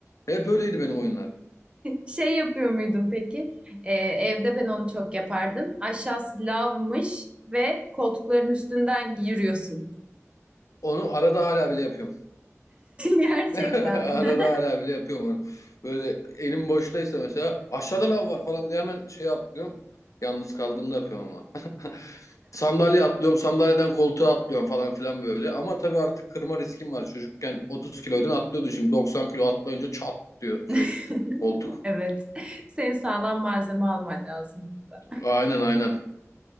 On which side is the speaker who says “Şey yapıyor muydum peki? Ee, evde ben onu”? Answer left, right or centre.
Right